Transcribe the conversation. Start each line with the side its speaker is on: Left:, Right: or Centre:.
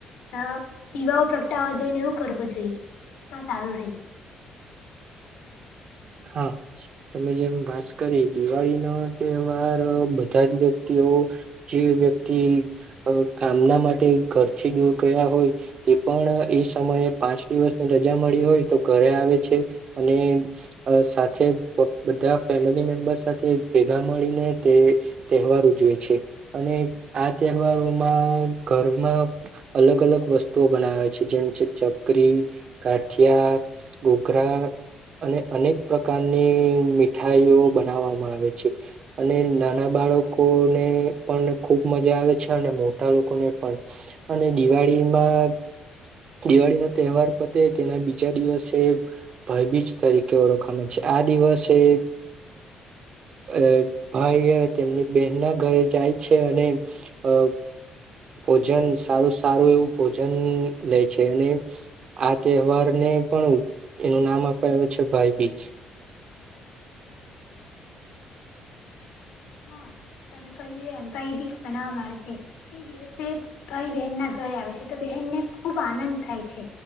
Left: યુવાઓ અટાવવા જોઈને એવું કરવો જોઈએ તો સારું રહે.
Right: હા તમે જેમ વાત કરી દિવાળી ના તહેવાર બધા જ વ્યક્તિઓ જે વ્યક્તિ કામના માટે ઘરથી દૂર ગયા હોય તે પણ એ સમયે પાંચ દિવસની રજા મળી હોય તો ઘરે આવે છે. અને અ સાથે બધા ફેમિલી મેમ્બર સાથે ભેગા મળીને તે તહેવાર ઉજવે છે અને આ તહેવારોમાં ઘરમાં અલગ અલગ વસ્તુઓ બનાવે છે જેમ છે ચકરી ગાઠિયા ઘૂઘરા અને અનેક પ્રકારની મીઠાઈઓ બનાવવામાં આવે છે. અને નાના બાળકોને પણ ખુબ મજા આવે છે અને મોટા લોકોને પણ અને દિવાળીમાં દિવાળીનો તહેવાર પતે તેના બીજા દિવસે ભાઈબીજ તરીકે ઓળખવામાં છે આ દિવસે અ ભાઈ તેમની બહેનના ઘરે જાય છે અને અ ભોજન સારું સારું એવું ભોજન લે છે અને આ તહેવાર ને પણ એનું નામ આપાયેલું છે ભાઈબીજ
Left: હા તમે કહ્યું એમ ભાઈબીજ મનાવવામાં આવે છે. એ દિવસે ભાઈ બહેન ના ઘરે આવે છે તો બહેનને ખુબ આનંદ થાય છે.